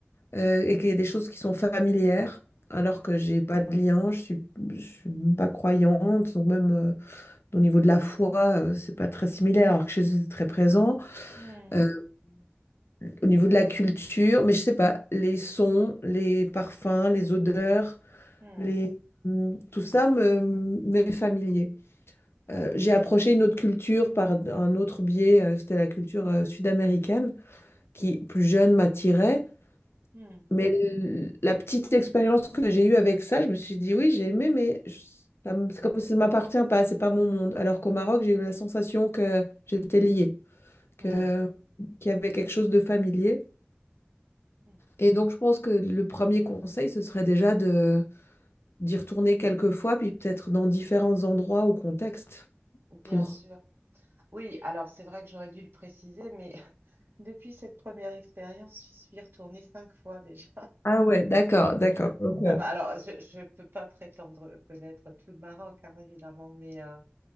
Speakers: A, on the left; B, on the right.
A: euh, et qu'il y a des choses qui sont familières alors que
B: hmm,
A: j'ai pas de lien, je suis, je suis pas croyante, donc même euh, au niveau de la foi, euh, c'est pas très similaire alors que chez eux c'est très présent.
B: hmm,
A: Euh, au niveau de la culture, mais je sais pas, les sons, les parfums, les odeurs,
B: hmm,
A: les, hum, tout ça me m'est familier. Euh, j'ai approché une autre culture par un autre biais, euh, c'était la culture euh, sud-américaine qui, plus jeune, m'attirait.
B: hmm,
A: Mais l- la petite expérience que j'ai eue avec ça, je me suis dit, oui, j'ai aimé, mais je- ça me- c'est comme ça ne m'appartient pas, c'est pas mon monde. Alors qu'au Maroc, j'ai eu la sensation que j'étais liée, que,
B: hmm, ouais.
A: qu'il y avait quelque chose de familier.
B: hmm.
A: Et donc, je pense que le premier conseil, ce serait déjà de d'y retourner quelques fois, puis peut-être dans différents endroits ou contextes
B: Bien
A: pour...
B: sûr. Oui, alors c'est vrai que j'aurais dû le préciser, mais <laughs> depuis cette première expérience, j'y suis retournée cinq fois déjà.
A: Ah ouais, d'accord, d'accord. Ok.
B: Ça va. Alors, je ne peux pas prétendre connaître tout le Maroc, hein, évidemment, mais euh,